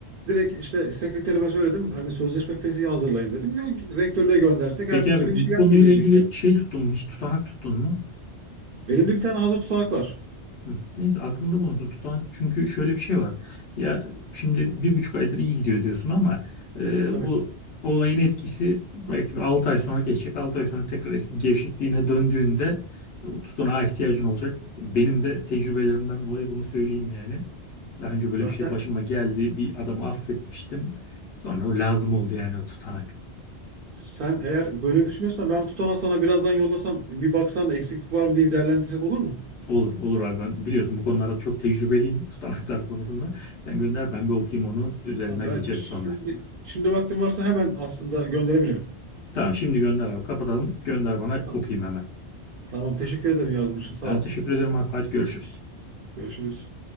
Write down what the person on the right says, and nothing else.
direkt işte sekreterime söyledim hani sözleşme fesihi hazırlayın dedim. Gö- Rektörlüğe göndersek ertesi
gün
işe gelmeye
diyeceklerdi.
Elimde bir tane hazır tutanak var.
Tabii.
Zaten
sen eğer böyle düşünüyorsan ben tutanağı sana birazdan yollasam bir baksan da eksiklik var mı diye bir değerlendirsek olur mu?
Tamam, ben
şimdi
şimdi vaktim varsa hemen aslında gönderebilirim.
Tamam,
tamam teşekkür ederim yardım için sağ
ol.
Görüşürüz.